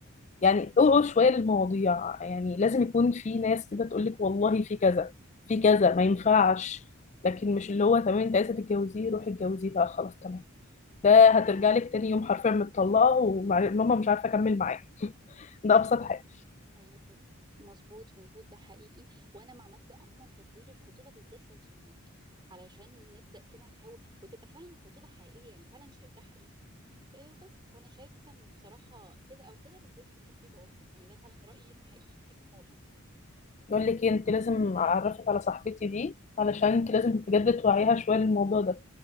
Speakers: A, on the left; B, on the right.
A: يعني اوعوا شوية للمواضيع يعني لازم يكون في ناس كده تقولك والله في كذا في كذا ما ينفعش لكن مش اللي هو تمام انت عايزة تتجوزيه روحي اتجوزيه بقى خلاص تمام ده هترجع لك تاني يوم حرفيا متطلقه وماما مش عارفه اكمل معاه ده ابسط حاجه
B: ايوه مظبوط مظبوط ده حقيقي وانا مع مبدأ عموما تطويل الخطوبة بالذات لو صالونات علشان نبدأ كده نحاول وتبقى فعلا خطوبة حقيقية يعني فعلا شايفاها حقيقي إيه وبس فانا شايفة ان بصراحة كده او كده بس لازم يكون في توافق يعني ده فعلا رأيي الحقيقي في الموضوع
A: يقول لك إيه، انت لازم اعرفك على صاحبتي دي علشان انت لازم بجد توعيها شويه للموضوع ده